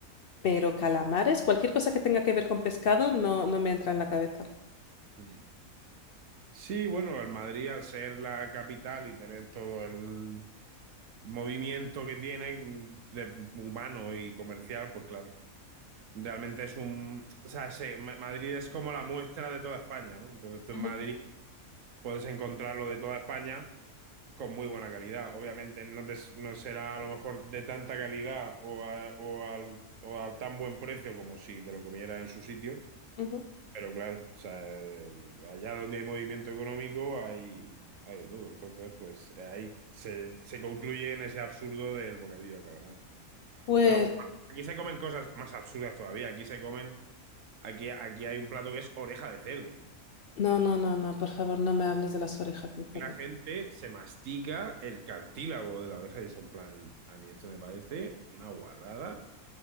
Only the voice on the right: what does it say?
Mm. Sí, bueno, el Madrid al ser la capital y tener todo el movimiento que tiene de humano y comercial, pues claro, realmente es un, o sea, se- Ma- Madrid es como la muestra de toda España, ¿no? Entonces tú en
Madrid puedes encontrar lo de toda España con muy buena calidad. Obviamente no, te- no será a lo mejor de tanta calidad o, a- o al, o al tan buen precio como si te lo comieras en su sitio
pero claro, o sea, allá donde hay movimiento económico hay, hay de todo. Entonces, pues ahí se, se concluye en ese absurdo del bocadillo de calamar.
Pero bueno, aquí se comen cosas más absurdas todavía. Aquí se comen, aquí, aquí hay un plato que es oreja de cerdo.
Y la gente se mastica el cartílago de la oreja y es en plan, a mí esto me parece una guarrada